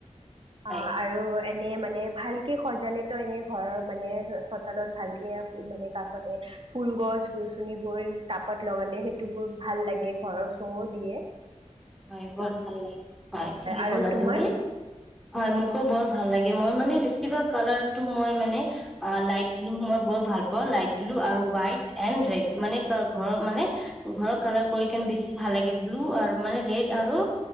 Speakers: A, in the centre; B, on the right.
A: হয়
B: অ আৰু এনে মানে মানে ভালকে সজালেতো এনে ঘৰৰ মানে চোতালত ভালকে মানে, কাষতে ফুল গছ গছনিবোৰ তাপত লগালে সেইটো বোৰ ভাল লাগে ঘৰৰ শ দিয়ে।
A: হয় বৰ ভাল লাগে হয় ঠিকে
B: আৰু
A: কলা
B: তোমাৰ
A: তুমি হয় মোকো বৰ ভাল ল মই মানে বেছিভাগ কালাৰটো মই মানে অ লাইট ব্লু মই বৰ ভাল পাওঁ, লাইট ব্লু আৰু হোৱাইট, এণ্ ৰেড। মানে ঘৰ মানে ঘৰত কালাৰ কৰি কিনে বেছি ভাল লাগে ব্লু আৰু মানে, ৰেড আৰু